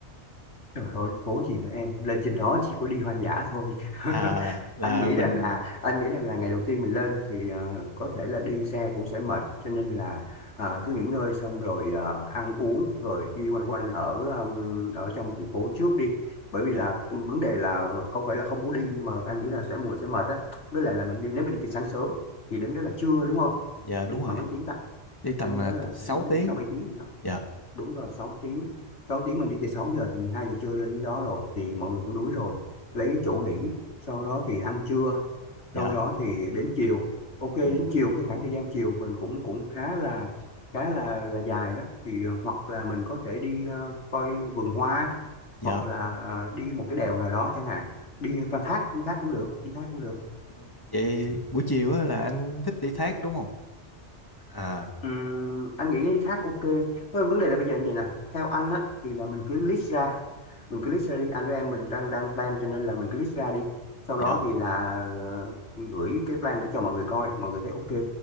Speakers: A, on the left (about 80°); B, on the left (about 20°).
A: Trời ơi, phố gì nữa em, lên trên đó chỉ có đi hoang dã thôi.
B: À,
A: <laughs>
B: là
A: Anh nghĩ
B: mình
A: rằng là à, anh nghĩ rằng là ngày đầu tiên mình lên thì ờ, có thể là đi xe cũng sẽ mệt, cho nên là à,
B: ừ,
A: cứ nghỉ ngơi xong rồi ờ, ăn uống rồi đi quanh quanh ở ừm, ở trong thành phố trước đi. Bởi vì
B: dạ
A: là vấn đề là không phải là không muốn đi nhưng mà anh nghĩ là sẽ mùi sẽ mệt á. Với lại là mình đi nếu mình đi từ sáng sớm thì đến đó là trưa đúng không?
B: dạ đúng
A: Đi
B: rồi.
A: khoảng mấy tiếng ta?
B: Đi tầm
A: Anh nhớ
B: à,
A: là
B: t- 6
A: anh nhớ
B: tiếng.
A: đi 6 7 tiếng gì đó
B: Dạ
A: đúng rồi sáu tiếng sáu tiếng mình đi từ 6 giờ thì 12 giờ trưa lên đến đó rồi thì mọi người cũng đuối rồi lấy chỗ nghỉ sau đó thì ăn trưa
B: dạ
A: sau đó thì đến chiều ok đến
B: ừ,
A: chiều cái khoảng thời gian chiều mình cũng cũng khá là khá là là dài đó thì ờ, hoặc là mình có thể đi ờ, coi vườn hoa
B: dạ.
A: hoặc là ờ, đi một cái đèo nào đó chẳng hạn đi qua thác đi thác cũng được đi thác cũng được
B: Ừ, Vậy buổi chiều á, là anh thích đi thác đúng không? À
A: Ừm, anh nghĩ cái thác ok Vâng, vấn đề là bây giờ như vậy nè theo anh á thì là mình cứ list ra mình cứ list ra đi anh với em mình đang đang plan cho nên là mình cứ list ra đi sau
B: dạ
A: đó thì là ờ, gửi cái plan đó cho mọi người coi mọi người thấy ok thì,